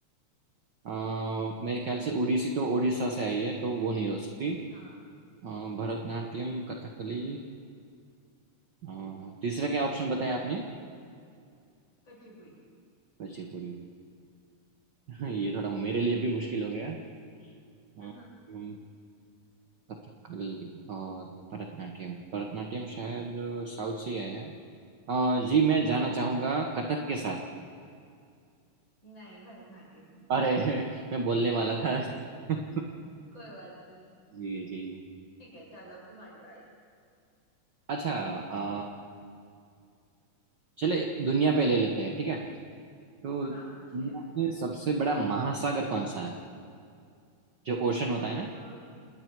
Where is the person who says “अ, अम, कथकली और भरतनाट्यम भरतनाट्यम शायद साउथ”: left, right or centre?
Right